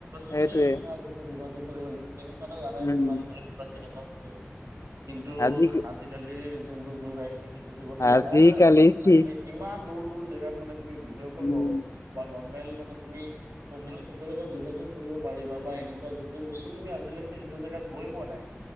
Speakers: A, on the right; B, on the left.
A: চিঠি
B: সেইটোৱে।
A: লিখা কোনটো যোগাযোগ কৰিব লাগিব তেনেকুৱা এটা জানাই
B: উম
A: কিমান দিন বা কেনেকুৱাে কিন্তু
B: আজি
A: আজিকালি যোনটো যুগ আহিছে। যুগতো
B: আজিকালি
A: জানাই যে এটা ফোন
B: চি
A: মাৰে কিমান দূৰ দূৰ জেগাত মানে তুমি ভিডিঅ' কল
B: উম
A: হওক বা নৰ্মেল মানে তুমি মানে স লগত যোগাযোগ কৰিব পাৰিবা বা এনেকুৱা যোনটো বস্তু তুমি আজিলে সেইটো জেগাত গৈ পোৱা নাই